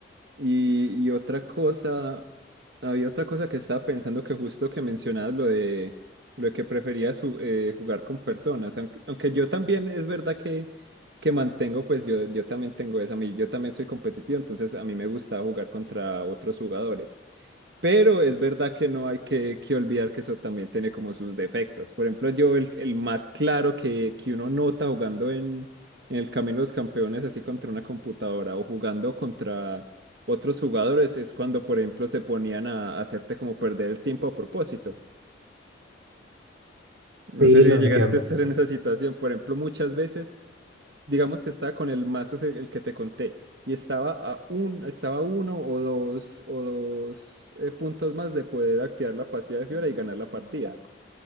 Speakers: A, on the right; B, on the right.
A: Y, y otra cosa, había otra cosa que estaba pensando que justo que mencionabas lo de lo de que preferías ju- eh, jugar con personas, aunque, aunque yo también es verdad que, que mantengo, pues yo, yo también tengo eso, a mí yo también soy competitivo, entonces a mí me gusta jugar contra otros jugadores, pero es verdad que no hay que, que olvidar que eso también tiene como sus defectos. Por ejemplo, yo el, el más claro que, que uno nota jugando en, en el Camino de los Campeones, así contra una computadora o jugando contra otros jugadores, es cuando, por ejemplo, se ponían a, a hacerte como perder el tiempo a propósito. No
B: Sí,
A: sé
B: lo
A: si
B: entiendo.
A: llegaste a estar en esa situación. Por ejemplo, muchas veces digamos que estaba con el mazo ese- el que te conté y estaba a un, estaba a uno o dos o dos eh, puntos más de poder activar la pasiva de Fiora y ganar la partida.